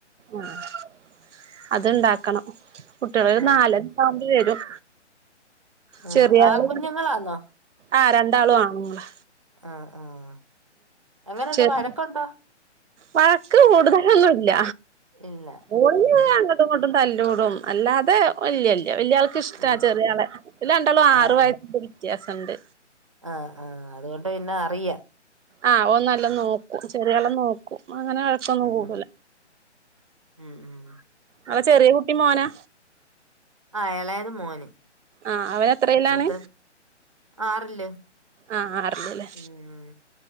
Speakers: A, on the right (about 80°); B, on the right (about 30°).
A: ആഹ് അത്ണ്ടാക്കണം കുട്ടികൾരു
B: ആ ആ
A: നാലര താവുമ്പോ വരും
B: ആ
A: ചെറിയ
B: ആൺകുഞ്ഞുങ്ങളാന്നോ
A: ആള് ആഹ് രണ്ടാളു ആണ്ങ്ങളാ
B: ആഹ് ആഹ് എങ്ങനെണ്ട്
A: ശരി
B: വഴക്കുണ്ടോ
A: വഴക്ക് കൂടുതലൊന്നുല്ല
B: ഇല്ല
A: ഓല്ങ്ങനെ
B: ഉം
A: അങ്ങട്ടും ഇങ്ങട്ടും തല്ലൂടും അല്ലാതെ വല്ല്യ ല വല്യാൾക്ക് ഇഷ്ട
B: അതെ
A: ചെറിയ ആളെ ഓല് രണ്ടാളും
B: ആഹ്
A: ആറ് വയസ്സിന്റെ വ്യത്യാസണ്ട്
B: ആഹ് ആഹ് അതുകൊണ്ട് പിന്നെ അറിയ
A: ആഹ് ഓൻ നല്ലൊം നോക്കും ചെറിയോനെ നോ ക്കും അങ്ങനെ വഴക്കൊന്നും
B: ഉം
A: കൂടൂല
B: ഉം ഉം
A: അടെ ചെറിയ കുട്ടി മോനാ
B: ആഹ് എളയത് മോന്
A: ആഹ് അവനെത്രയിലാണ്
B: മൂത്തെ ആറില്
A: ആഹ് ആറ്ലല്ലേ
B: ഉം